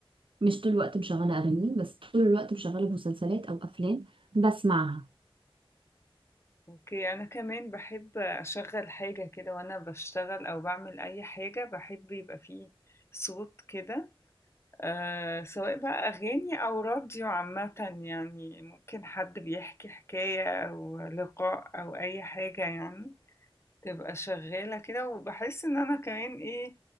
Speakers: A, on the right; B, on the left.
A: مش طول الوقت مشغله اغاني بس طول الوقت مشغله مسلسلات او افلام بسمعها
B: أوكي، أنا كمان باحب أشغّل حاجة كده وأنا باشتغل أو باعمل أي حاجة، باحب يبقى في صوت كده آآ، سواء بقى أغاني أو راديو عامةً يعني، ممكن حد بيحكي حكاية أو لقاء أو أي حاجة يعني، تبقى شغّالة كده وباحس إن أنا كمان إيه،